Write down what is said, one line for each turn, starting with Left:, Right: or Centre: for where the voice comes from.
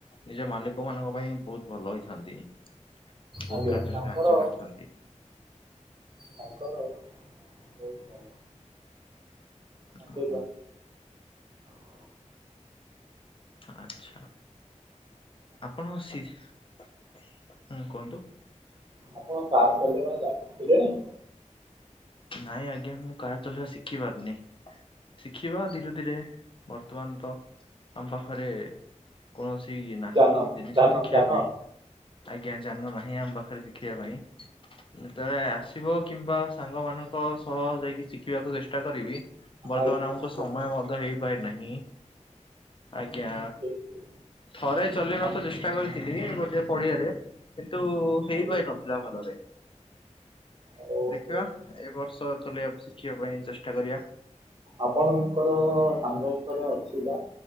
Left: ନିଜ ମାଲିକ ମାନଙ୍କ ପାଇଁ ବହୁତ ଭଲ ହେଇଥାନ୍ତି ବହୁତ
Right: ଆଜ୍ଞା ଆଜ୍ଞା
Left: କାର୍ଯ୍ୟରେ
Right: ତାଙ୍କର
Left: ସାହାଯ୍ୟ କରିଥାନ୍ତି।
Right: ତାଙ୍କର ବହୁତ ଭଲ। ଆ ମୁ
Left: ଓହୋ,
Right: <unintelligible>
Left: ଆଛା ଆପଣ ସିଜ୍। ହୁଁ କୁହନ୍ତୁ।
Right: ଆପଣ କାର୍ ଚଲେଇବା ଜାଣିସାରିଲେଣି?
Left: ନାଇଁ ଆଜ୍ଞା, ମୁଁ କାର ଚଲେୟା ଶିଖି ପାରୁନି। ଶିଖିବ ଧୀରେ ଧୀରେ ବର୍ତ୍ତମାନ ତ, ଆମ ପାଖରେ କୌଣସି ନାହିଁ
Right: ଯାନ
Left: ଜିନିଷ
Right: ଯାନ
Left: ଶିଖିବା
Right: ଯାନ
Left: ପାଇଁ। ଆଜ୍ଞା, ଯାନ ନାହିଁ ଆମ ପାଖରେ ଶିଖ୍ ଖିଆ ପାଇଁ, ଯେତେବେଳେ ଆସିବ କିମ୍ବା ସାଙ୍ଗ ମାନଙ୍କ ସହ ଯାଇକି ଶିଖିବାକୁ ଚେଷ୍ଟା କରିବି। ବର୍ତ୍ତମାନ
Right: ଆଜ୍ଞା
Left: ଆମକୁ
Right: ଆଜ୍ଞା
Left: ସମୟ ମଧ୍ୟ ହେଇ ପାରି ନାହିଁ। ଆଜ୍ଞା,
Right: ଠିକ ଠିକ
Left: ଥରେ ଚଲେଇବାକୁ
Right: ଆମ୍-
Left: ଚେଷ୍ଟା କରିଥିଲି। ଗୋଟେ ପଡିଆରେ, କିନ୍ତୁ ହେଇପାରି
Right: ଆଜ୍ଞା
Left: ନଥିଲା ଭଲରେ।
Right: ଓହୋ
Left: ଦେଖିବା
Right: ହୋ, ହୋ।
Left: ଏ ବର୍ଷ ଚଲେଇଆ ଶିଖିବା ପାଇଁ ଚେଷ୍ଟା କରିଆ।
Right: ଆପଣଙ୍କର ସାଙ୍ଗଙ୍କର ଅଛି ବା